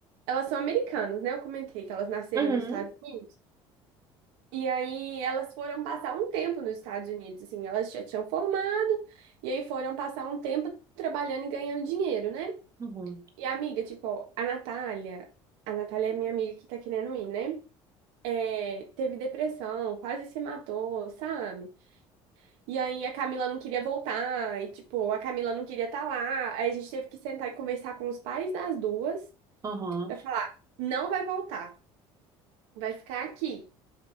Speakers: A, on the right; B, on the right.
A: elas são americanas, né? Eu comentei que elas nasceram
B: Uhum.
A: nos Estados Unidos. E aí, elas foram passar um tempo nos Estados Unidos, assim, elas já tinham formado, e aí foram passar um tempo trabalhando e ganhando dinheiro, né?
B: Uhum.
A: E a amiga, tipo, a Natália, a Natália é minha amiga que tá querendo ir, né? É, teve depressão, quase se matou, sabe? E aí a Camila não queria voltar, e tipo, a Camila não queria estar lá. Aí a gente teve que sentar e conversar com os pais das duas
B: Aham.
A: pra falar, não vai voltar, vai ficar aqui.